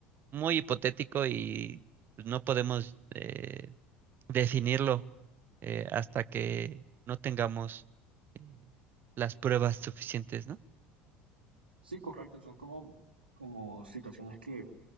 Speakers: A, on the right; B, on the right.
A: muy hipotético y pues, no podemos eh, definirlo eh, hasta que no tengamos eh, las pruebas suficientes, ¿no?
B: Sí, correcto, son como, como situaciones que,